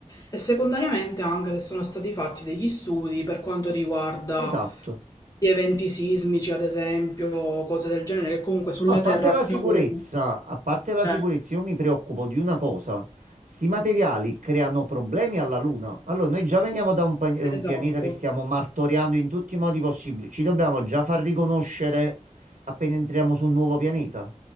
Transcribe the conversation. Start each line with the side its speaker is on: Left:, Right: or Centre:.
Left: E secondariamente anche se sono stati fatti degli studi per quanto riguarda
Right: Esatto.
Left: gli eventi sismici, ad esempio, cose del genere, che comunque sulla
Right: A parte
Left: Terra
Right: la
Left: accadono.
Right: sicurezza, a parte la
Left: Eh,
Right: sicurezza, io mi preoccupo di una cosa. Sti materiali creano problemi alla Luna. Allora, noi già veniamo da un, pa- un
Left: esatto.
Right: pianeta che stiamo martoriando in tutti i modi possibili. Ci dobbiamo già far riconoscere appena entriamo su un nuovo pianeta.